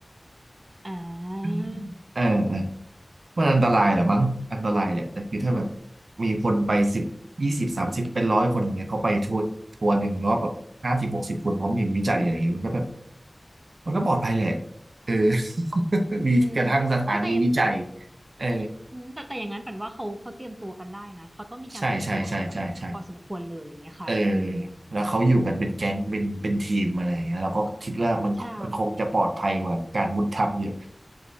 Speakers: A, on the right; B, on the right.
A: อ่
B: ๆเออเออ
A: า
B: มันอันตรายแหละมั้งอันตรายแหละแต่คือถ้าแบบมีคนไปสิบยี่สิบสามสิบเป็นร้อยคนอย่างเงี้ยเขาไปทัวร์ทัวร์หนึ่งรอบแบบห้าสิบหกสิบคนพร้อมทีมวิจัยอะไรเงี้ยมันก็แบบมันก็ปลอดภัยแหละเออ <laughs> มีกระทั่งสถานีวิจัย
A: อืมอ๋อแต่
B: เออ
A: อืมแต่แต่อย่างนั้นปันว่าเขาเขาเตรียมตัวกันได้นะเขาต้องมีการเตรียมตัวกันแบบพอสมควรเลยอย่างเงี้ยค่ะอืม
B: ใช่ใช่ใช่ใช่ใช่เออแล้วเขาอยู่กันเป็นแก๊งเป็นเป็นทีมอะไรอย่างเงี้ยเราก็คิดว่ามันมันคงจะปลอดภัยกว่าการมุดถ้ำเยอะ
A: ใช่